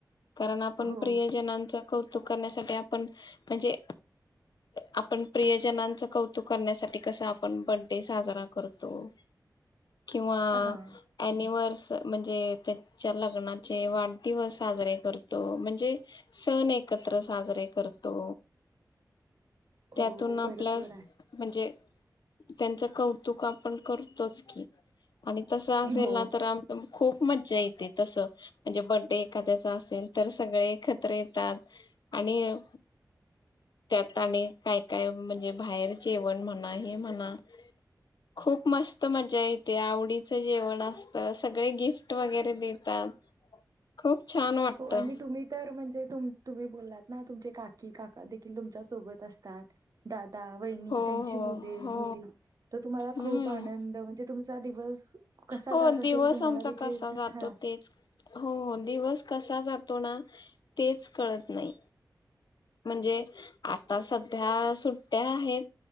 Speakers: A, on the left (about 70°); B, on the right (about 55°).
A: कारण आपण
B: हो,
A: प्रियजनांचं कौतुक करण्यासाठी आपण म्हणजे आपण प्रियजनांच कौतुक करण्यासाठी कसं आपण बर्डे साजरा क करतो. किंवा
B: हां.
A: ॲनिवर्स म्हणजे त्याच्या लग्नाचे वाढदिवस साजरे करतो. म्हणजे सण एकत्र साजरे करतो. त्यातुन
B: हो, हो.
A: आपल्यास
B: बरोबर आहे.
A: म्हणजे त्यांच कौऊ चूक आपण करतोच की आणि तस असेल
B: हो,
A: ना तर आपण खूप मज्जा येते तसं म्हणजे बड्डे एखाद्याचा असेल तर सगळे एकत्र येतात आणि त्यात आणि काय काय म्हणजे बाहेर जेवण म्हणा हे म्हणा. खूप मस्त मज्जा येते आवडीचं जेवण असतं सगळे गिफ्ट वगैरे देतात खूप छान वाटतं
B: हो आणि तुम्ही तर म्हं ते तुम् तुम्ही बोललात ना तुमचे काकी काका देखील तुमच्या सोबत असतात. दादा, वहिनी
A: हो
B: त्यांची
A: हो
B: मुले,
A: हो
B: मुली तर तुम्हाला
A: हम्म
B: खूप आनंद म्हणजे तुमचा दिवस कसा
A: हो
B: जात असेल
A: दिवस
B: तुम्हाला
A: आमचा
B: देखील
A: कसा जातो
B: हां.
A: तेच हो हो दिवस क् कसा जातो ना तेच कळत नाही. म्हणजे आता सध्या सुट्ट्या आहेत